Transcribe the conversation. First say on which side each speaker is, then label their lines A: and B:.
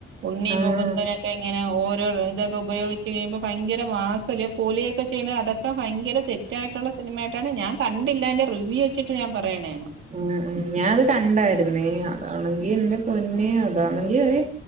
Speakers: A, on the right; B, on the right.
A: ഉണ്ണി
B: ആഹ്
A: മുകുന്ദനൊക്കെ ഇങ്ങനെ ഓരോ ഇതൊക്കെ ഉപയോഗിച്ച് കഴിയുമ്പം ഭയങ്കര മാസല്യോ അ കൊലിയൊക്കെ ചെയ്യണ് അതൊക്കെ ഭയങ്കര തെറ്റായിട്ടുള്ള സിനിമ ആയിട്ടാണ് ഞാൻ കണ്ടില്ല അയിൻ്റേ റിവ്യൂവെ ച്ചിട്ട് ഞാൻ പറയണേണ്.
B: ഉം ഉം ഞാ അത് കണ്ടായിരുന്നേ അതാണെങ്കി എന്റെ പൊന്നെ അതാണെങ്കി ഒര്